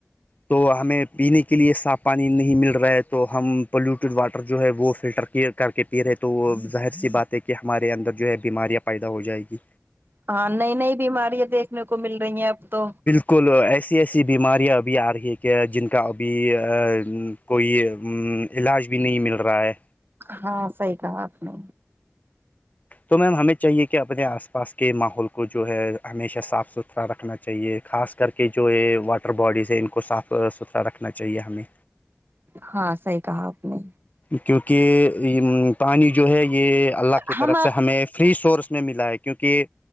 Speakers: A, on the left; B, on the right.
A: تو ہمیں پینے کے لیے صاف پانی نہیں مل رہا ہے تو ہم پولیوٹیڈ واٹر جو ہے وہ فلٹر کلیر کر کے پی رہے تو وہ ظاہر سی بات ہے کہ ہمارے اندرجو ہے بیماریاں پیدا ہو جائ گی
B: ہاں نئی نئی بیماریاں دیکھنے کو مل رہی ہیں اب تو
A: کل ایسی ایسی بیماریاں ابھی آ رہی کہ جن کا ابھی آ عم کوئی عمم علاج بھی نہیں مل رہا ہے
B: ہاں صحیح کہا آپ نے
A: تمہیں ہمیں چاہیے کہ اپنے آس پاس کے ماحول کو جو ہے ہمیشہ صاف ستھرا رکھنا چاہیے خاص کر کے جو یہ واٹر باڈیز ہیں ان کو صاف ستھرا رکھنا چاہیے ہمیں
B: ہاں صحیح کہا آپ نے
A: کیونکہ یم پانی جو ہے یہ اللہ کی
B: ہاں
A: طرف سے ہمیں فری سورس میں ملا ہے کیونکہ